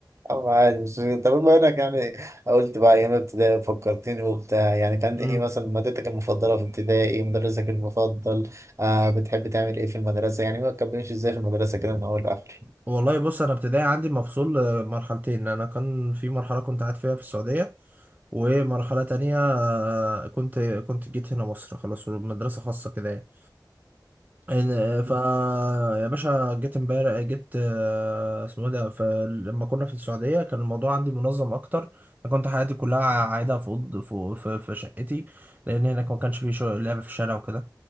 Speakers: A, on the right (about 40°); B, on the right (about 25°).
A: أو عادي بس طب بما انك يعني قلت بقى ايام ابتدائي فكرتني وبتاع يعني كان
B: مم.
A: ايه مثلا مادتك المفضله في ابتدائي مدرسك المفضل آه بتحب تعمل ايه في المدرسه يعني ما تكملش ازاي في المدرسه كده من اول لاخر
B: والله بص انا ابتدائي عندي مفصول آه، مرحلتين انا كان في مرحله كنت قاعد فيها في السعوديه ومرحله تانية آه، كنت كنت جيت هنا مصر خلاص مدرسه خاصه كده يعني. إن- فا
A: <laughs>
B: يا باشا جيت امبارح جيت آه، اسمه إيه ده فلما كنا في السعودية كان الموضوع عندي منظم أكتر أنا كنت حياتي كلها قاعدة في أوض في في في شقتي لأن هناك ما كانش في شو- لعب في الشارع وكده